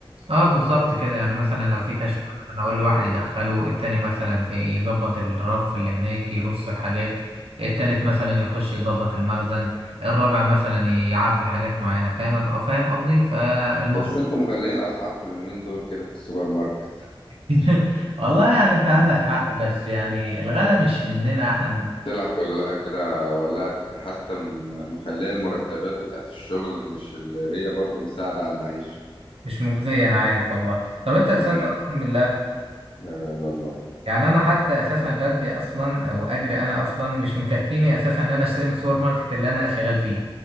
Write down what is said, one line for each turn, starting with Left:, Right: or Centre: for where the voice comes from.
Right: اه بالظبط كده يعني مثلا لو في كشف مثلا اقول لواحد يدخله التاني مثلا في يظبط الرف اللي هناك يرص الحاجات التالت مثلا يخش يظبط المخزن الرابع مثلا يعبي حاجات معينة فاهم فاهم قصدي فالموضوع
Left: بس انتوا مغلين اسعاركم اليومين دول كده في السوبر ماركت
Right: <laughs> والله يعني انت عندك حق بس يعني الغلا مش مننا احنا
Left: طلع كلها كده ولا حتى م- مخليه المرتبات بتاعت الشغل مش اللي هي برضو مساعدة على المعيشة
Right: مش مجزية أنا عارف والله طب أنت تصدق
Left: امم
Right: وتؤمن بالله
Left: لا لا لا الله
Right: يعني أنا حتى أساسا راتبي أصلا أو أجري أنا أصلا مش مكفيني أساسا إن أنا أشتري من السوبر ماركت اللي أنا شغال فيه